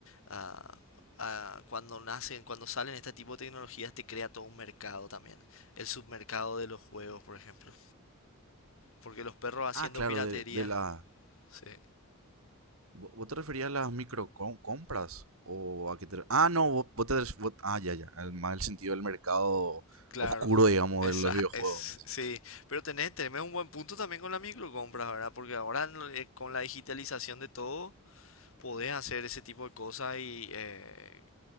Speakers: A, on the left; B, on the right.
A: a, a cuando nacen, cuando salen este tipo de tecnologías, te crea todo un mercado también. El submercado de los juegos, por ejemplo. Porque los perros haciendo
B: Ah, claro,
A: piratería,
B: de, de la,
A: sí.
B: ¿Vo- ¿Vos te referías a las microcompras? ¿O a qué te... Ah, no, vos, vos te... ref- vos- Ah, ya, ya. El, más el sentido del mercado
A: Claro,
B: oscuro, digamos,
A: esa
B: de los videojuegos.
A: es, sí, pero tenés, tenés un buen punto también con la microcompras, ¿verdad? Porque ahora en eh, con la digitalización de todo, podés hacer ese tipo de cosas y eh,